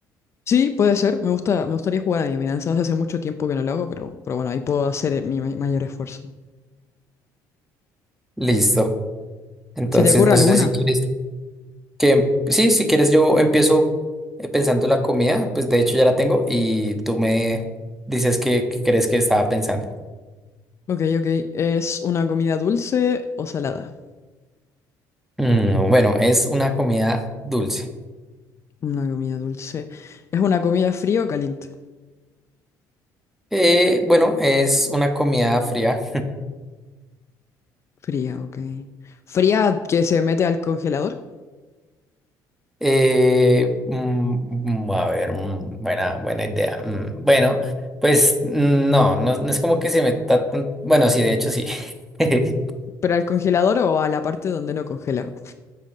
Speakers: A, on the left; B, in the centre.
A: Sí, puede ser, me gusta, me gustaría jugar a adivinanzas, hace mucho tiempo que no lo hago, pero, pero bueno, ahí puedo hacer eh, mi ma- mayor esfuerzo.
B: listo. Entonces
A: ¿Se te ocurre
B: no
A: alguna?
B: sé si quieres Que em- sí, si quieres yo empiezo eh, pensando la comida, pues de hecho ya la tengo y tú me dices qué qué crees que estaba pensando.
A: Ok, ok, ¿es una comida dulce o salada?
B: Mm, bueno, es una comida dulce.
A: Una comida dulce. ¿Es una comida fría o caliente?
B: Eh, bueno, es una comida fría.
A: Fría, ok. ¿Fría que se mete al congelador?
B: Eh, mm, mm, a ver, mm, buena, buena idea. Mm, bueno, pues mm, no, no, no es como que se meta tan... Bueno, sí, de hecho sí. <laughs>
A: ¿Pero al congelador o a la parte donde no congela?